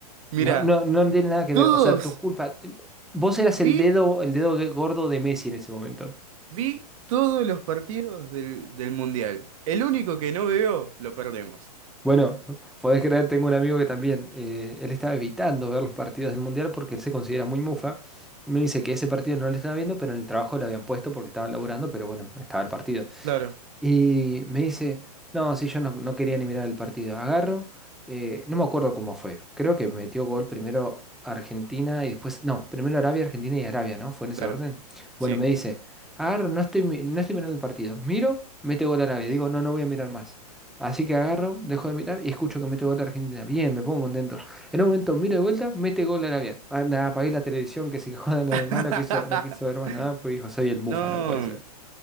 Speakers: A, on the right (about 55°); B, in the centre.
A: mirá,
B: No, no, no tiene nada que
A: todos,
B: ver. O sea, tu culpa. Vos eras
A: vi,
B: el dedo, el dedo gordo de Messi en ese momento.
A: vi todos los partidos del, del mundial. El único que no veo, lo perdemos.
B: Bueno, <laughs> podés creer, tengo un amigo que también, eh, él estaba evitando ver los partidos del Mundial porque él se considera muy mufa. Me dice que ese partido no lo estaba viendo, pero en el trabajo lo habían puesto porque estaban laburando, pero bueno, estaba el partido.
A: Claro,
B: Y me dice, no, sí, yo no, no quería ni mirar el partido. Agarro, eh, no me acuerdo cómo fue. Creo que metió gol primero Argentina y después, no, primero Arabia, Argentina y Arabia, ¿no? Fue en ese
A: claro,
B: orden. Bueno,
A: sí.
B: me dice, agarro, no estoy, mi- no estoy mirando el partido. Miro, mete gol Arabia. Digo, no, no voy a mirar más. Así que agarro, dejo de mirar y escucho que mete gol Argentina. Bien, me pongo contento. En un momento miro de vuelta, mete gol Arabia. Ah, nada, apagué la televisión que se quejó de lo demás,
A: <laughs>
B: no quiso, no quiso ver más nada, pues dijo, soy el Mufa,
A: No.
B: no puede ser.